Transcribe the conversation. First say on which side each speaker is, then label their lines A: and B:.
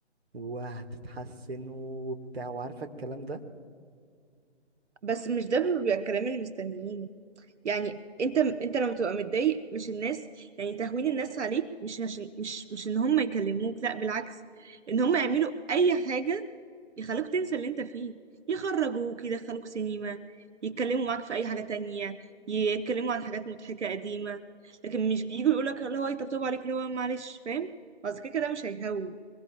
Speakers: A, on the right; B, on the right.
A: وهتتحسن وبتاع وعارفة الكلام ده
B: بس مش ده بيبقى الكلام اللي مستنيينه يعني انت انت لما تبقى متضايق مش الناس يعني تهوين الناس عليك مش عشان مش مش ان هم يكلموك لا بالعكس ان هم يعملوا اي حاجة يخلوك تنسى اللي انت فيه يخرجوك يدخلوك سينما يتكلموا معاك في اي حاجة تانية يتكلموا عن حاجات مضحكة قديمة لكن مش بييجوا يقولك اللي هو يطبطبوا عليك اللي هو معلش فاهم اصل كده كده مش هيهون